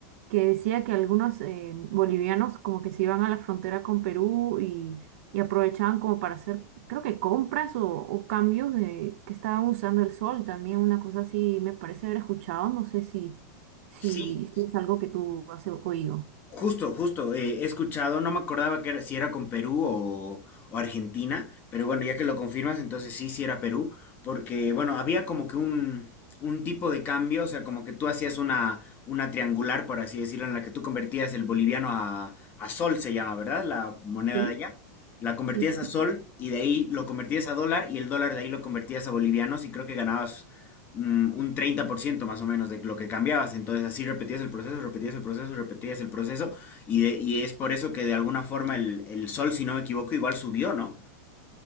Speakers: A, on the right; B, on the left.
A: que decía que algunos eh, bolivianos como que se iban a la frontera con Perú y, y aprovechaban como para hacer, creo que compras o, o cambios de que estaban usando el sol también, una cosa así me parece haber escuchado, no sé si, si,
B: Sí,
A: si es algo que tú has oído.
B: Justo, justo, eh, he escuchado, no me acordaba que era, si era con Perú o, o Argentina, pero bueno, ya que lo confirmas, entonces sí, sí era Perú, porque bueno, había como que un, un tipo de cambio, o sea, como que tú hacías una, una triangular, por así decirlo, en la que tú convertías el boliviano a, a sol, se llama, ¿verdad? La moneda
A: Sí,
B: de allá. La convertías
A: sí, sí.
B: a sol y de ahí lo convertías a dólar y el dólar de ahí lo convertías a bolivianos y creo que ganabas mm, un 30% más o menos de lo que cambiabas. Entonces así repetías el proceso, repetías el proceso, repetías el proceso. Y, de- y es por eso que de alguna forma el, el sol, si no me equivoco, igual subió, ¿no?